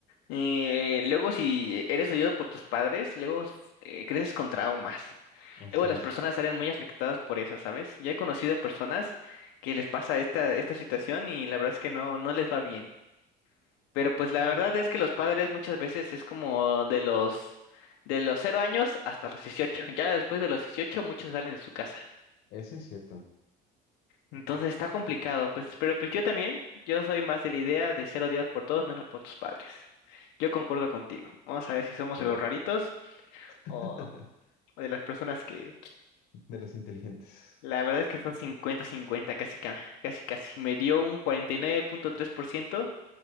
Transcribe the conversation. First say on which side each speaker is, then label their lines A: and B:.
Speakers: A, on the left; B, on the left.
A: Eh, luego, si eres oído por tus padres, luego eh, creces con traumas.
B: Así
A: Luego las
B: es.
A: personas salen muy afectadas por eso, ¿sabes? Yo he conocido personas que les pasa esta, esta situación y la verdad es que no, no les va bien. Pero pues la
B: Pero,
A: verdad es que los padres muchas veces es como de los de los cero años hasta los dieciocho Ya después de los 18 muchos salen de su casa.
B: Ese es cierto.
A: Entonces está complicado, pues, pero pues yo también, yo soy más de la idea de ser odiado por todos menos por tus padres. Yo concuerdo contigo. Vamos a ver si somos
B: a
A: de
B: ver,
A: los raritos o,
B: <laughs>
A: o de las personas que
B: De los inteligentes.
A: la verdad es que son cincuenta-cincuenta, casi, ca- casi, casi. Me dio un cuarenta y nueve punto tres por ciento